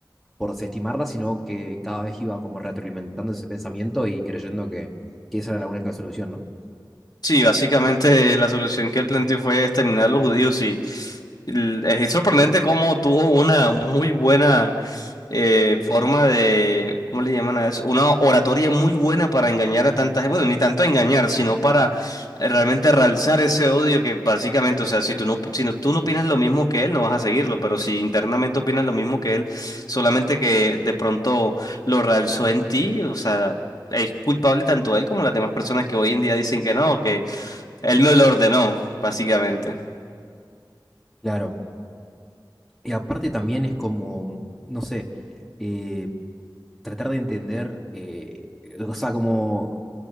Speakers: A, in the centre; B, on the left.
A: por desestimarla, sino que cada vez iba como retroalimentando ese pensamiento y creyendo que, que esa era la única solución, ¿no?
B: Sí, básicamente la solución que él planteó fue exterminar a los judíos y l- es sorprendente cómo tuvo una muy buena eh, forma de, ¿cómo le llaman a eso? Una oratoria muy buena para engañar a tanta gente, bueno, ni tanto engañar, sino para eh, realmente realzar ese odio que básicamente, o sea, si tú no, si no- tú no opinas lo mismo que él, no vas a seguirlo, pero si internamente opinas lo mismo que él, solamente que de pronto lo realzó en ti, o sea... Es culpable tanto él como las demás personas que hoy en día dicen que no, él me lo ordenó, básicamente.
A: Claro. Y aparte también es como, no sé, eh, tratar de entender, eh, o sea, como,